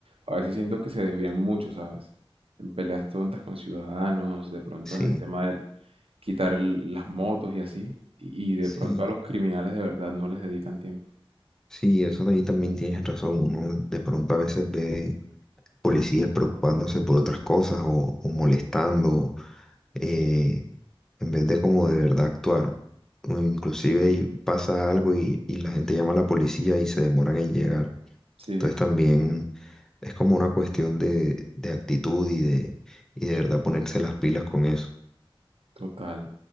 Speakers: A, on the right; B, in the centre.
A: A veces siento que se desvían mucho, ¿sabes? En peleas tontas con ciudadanos, de pronto
B: sí,
A: en el tema del quitar el- las motos y así, y y de
B: sí,
A: pronto a los criminales de verdad no les dedican tiempo.
B: sí, eso de ahí también tienes razón. Uno de pronto a veces ve policías preocupándose por otras cosas o, o molestando. eh, en vez de como de verdad actuar. o Inclusive y pasa algo y, y la gente llama a la policía y se demoran en llegar.
A: Sí.
B: Entonces también es como una cuestión de, de actitud y de, y de verdad ponerse las pilas con eso.
A: Total.